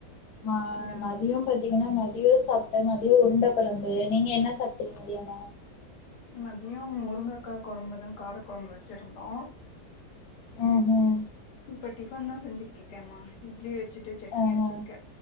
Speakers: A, on the left; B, on the left.
A: நா
B: ஆ
A: மதியோ பாத்தீங்கனா மதியோ சாப்ட்ட மதியோ உருண்ட கொழம்பு நீங்க என்ன சா சாப்டிங்க மதியானோ
B: மதியோ முருங்கக்கா கொழம்பு தா கார கொழம்பு வச்சிருந்தோ
A: ம்ஹூம்
B: இப்ப டிஃபன் தா செஞ்சுகிட்டு இருக்கேமா இட்லி வச்சிட்டு சட்னி
A: ஆஹா
B: வச்சிருக்கே